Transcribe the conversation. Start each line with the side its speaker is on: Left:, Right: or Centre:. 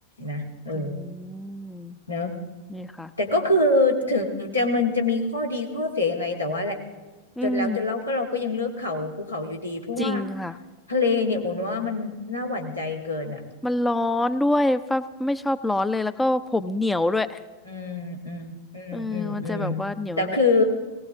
Left: นะเออ
Centre: อืม
Left: เนอะ
Centre: นี่ค่ะ
Left: แต่ก็คือถึงจะมันจะมีข้อดีข้อเสียยังไงแต่ว่าแหละ
Centre: อืม
Left: จนแล้วจนแล้วก็เราก็ยังเลือกเขาภูเขาอยู่ดีเพราะว่า
Centre: จริงค่ะ
Left: ทะเลเนี่ยอุ่นว่ามันน่าหวั่นใจเกินอ่ะ
Centre: มันร้อนด้วยฟ้าไม่ชอบร้อนเลย แล้วก็ผมเหนียวด้วย
Left: อืมอืมอืมอืมอืม
Centre: เออมันจะแบบว่าเหนียวหนึบ
Left: แต่คือ